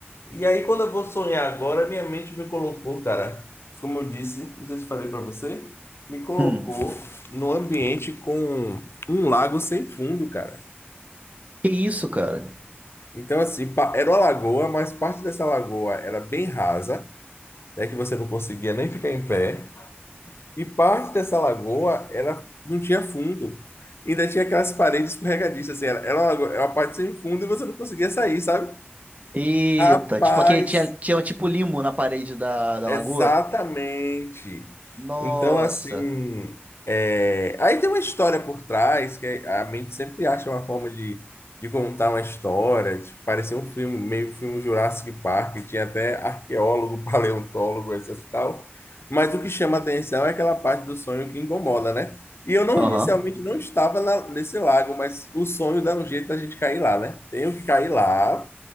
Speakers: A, on the left (about 70°); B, on the right (about 35°).
A: E aí, quando eu vou sonhar agora, minha mente me colocou, cara, como eu disse, não sei se falei para você, me colocou
B: Hum.
A: num ambiente com um lago sem fundo, cara.
B: Que isso, cara?
A: Então, assim, pa- era uma lagoa, mas parte dessa lagoa era bem rasa, né, que você não conseguia nem ficar em pé, e parte dessa lagoa era, não tinha fundo. Ainda tinha aquelas paredes escorregadiças, assim, era, era uma lagoa- era uma parte sem fundo e você não conseguia sair, sabe?
B: Eita,
A: Rapaz,
B: tipo aquele tinha, tinha tipo limo na parede da, da
A: Exatamente.
B: lagoa. Nossa.
A: Então, assim, é, aí tem uma história por trás, que a mente sempre acha uma forma de, de contar uma história, de parecer um filme, meio filme Jurassic Park, tinha até arqueólogo, <laughs> paleontólogo, essas tal. Mas o que chama atenção é aquela parte do sonho que incomoda, né? E eu não
B: Aham.
A: inicialmente não estava na- nesse lago, mas o sonho dá um jeito da gente cair lá, né? Tenho que cair lá